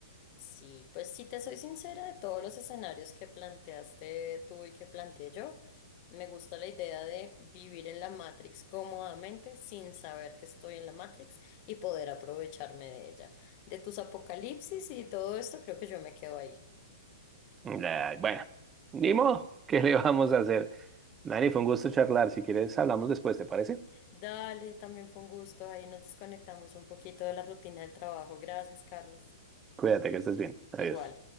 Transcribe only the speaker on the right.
La- bueno, ni modo, ¿qué le <laughs> vamos a hacer? Dani, fue un gusto charlar. Si quieres, hablamos después, ¿te parece?
Cuídate, que estés bien. Adiós.